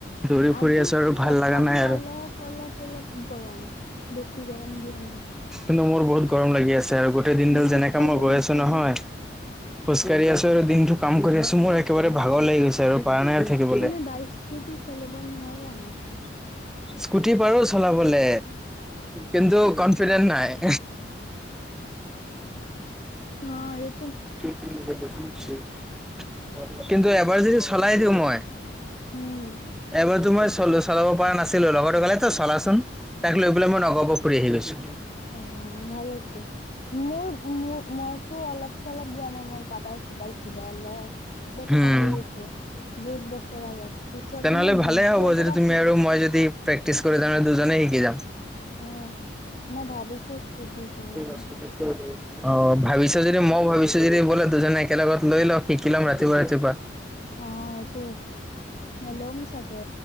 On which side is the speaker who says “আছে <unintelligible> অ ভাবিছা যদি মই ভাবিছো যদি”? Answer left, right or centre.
Centre